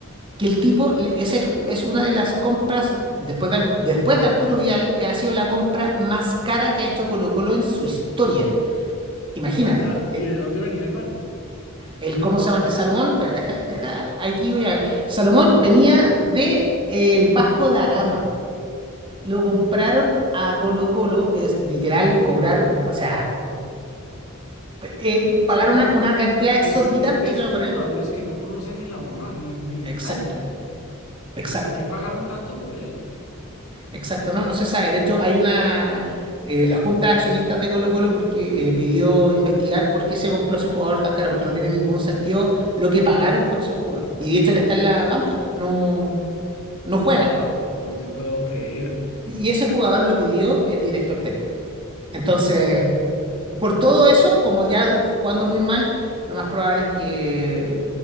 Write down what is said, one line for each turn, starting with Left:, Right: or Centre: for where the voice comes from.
Right: que el tipo le- es, el, ju- es una de las compras, después de, Al- después de Arturo Vidal, eh, ha sido la compra más cara que ha hecho Colo Colo en su historia. Imagínate.
Left: para nada.
Right: eh,
Left: ¿Y de dónde venía el man?
Right: El, ¿cómo se llama este Salomón? Espera, deja, deja, aquí voy a ver. Salomón venía de eh, el Vasco da Gama. lo compraron a Colo Colo, es literal cobrar, o sea, p- eh, pagar
Left: O sea, pero
Right: una, una cantidad exorbitante
Left: es, es de esos
Right: de dinero por
Left: jugadores
Right: él.
Left: que no conoce ni la mamá, ni, ni
Right: Exacto,
Left: nadie.
Right: exacto,
Left: ¿Y ¿Por qué pagaron tanto por él?
Right: exacto, no, no se sabe. De hecho, hay una, eh, la Junta de Accionistas de Colo Colo porque eh, pidió investigar por qué se compró ese jugador tan caro, porque no tiene ningún sentido lo que pagaron por ese jugador. Y de hecho, él está en la banca, no,
Left: No,
Right: no juega.
Left: wow, no te puedo creer.
Right: Y ese jugador lo pidió el director técnico. Entonces... Por todo eso, como ya jugando muy mal, lo más probable es que